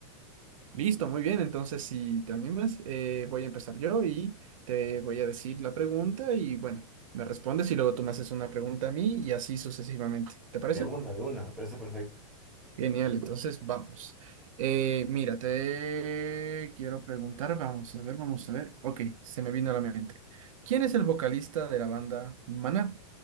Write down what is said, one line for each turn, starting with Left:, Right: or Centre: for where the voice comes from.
Right: Listo, muy bien. Entonces, si te animas, eh, voy a empezar yo y te voy a decir la pregunta y bueno, me respondes y luego tú me haces una pregunta a mí y así sucesivamente. ¿Te parece?
Centre: De una, de una, me parece perfecto.
Right: Genial, entonces vamos. Eh, mira, te quiero preguntar, vamos a ver, vamos a ver. Ok, se me vino a la mente. ¿Quién es el vocalista de la banda Maná?